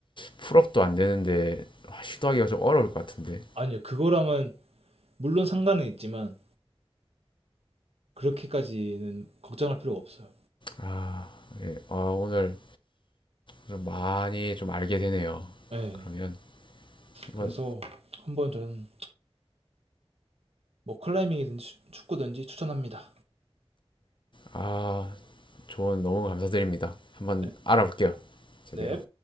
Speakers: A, on the left (about 50°); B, on the right (about 70°).
A: 풀업도 안 되는데 아, 시도하기가 좀 어려울 것 같은데
B: 아니요, 그거랑은 물론 상관은 있지만 그렇게까지는 걱정할 필요가 없어요.
A: 아, 예. 아 오늘 좀 많이 좀 알게 되네요
B: 예.
A: 그러면 한번
B: 그래서 한번 저는 뭐 클라이밍이든지 축구든지 추천합니다.
A: 아 조언 너무 감사드립니다. 한번
B: 네.
A: 알아볼게요. 제대로.
B: 넵.